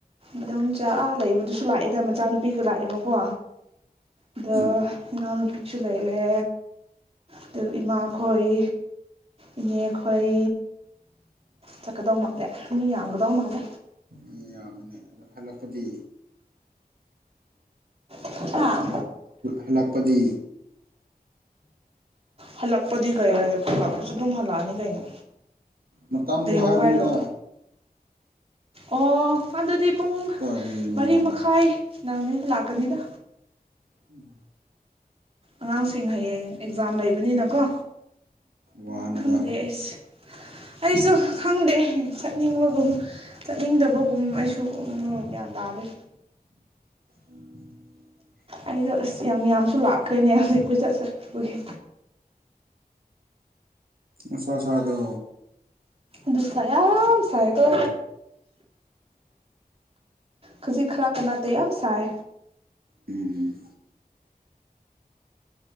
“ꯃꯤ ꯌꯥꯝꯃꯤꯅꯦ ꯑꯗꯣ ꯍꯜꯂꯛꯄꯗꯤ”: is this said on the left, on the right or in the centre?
Right